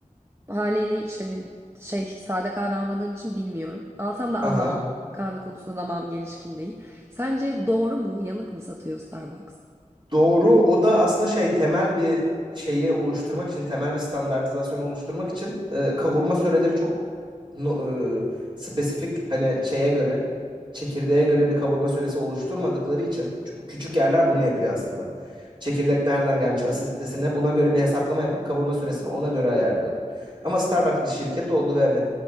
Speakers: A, on the right; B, on the right.
A: haliyle hiç hani şey sade kahve almadığım için bilmiyorum. Alsam da
B: Aha.
A: anlamam. Kahve konusunda damağım gelişkin değil. Sence doğru mu? Yanık mı satıyor Starbucks?
B: Doğru. O da aslında şey temel bir şeyi oluşturmak için, temel bir standartizasyonu oluşturmak için e, kavurma süreleri çok no- e, spesifik. Hani şeye göre, çekirdeğe göre bir kavurma süresi oluşturmadıkları için. Çünkü küçük yerler bunu yapıyor aslında. Çekirdek nereden gelmiş, asiditesine buna göre bir hesaplama yapıp kavurma süresini ona göre ayarlıyorlar. Ama Starbucks bir şirket oldu ve hani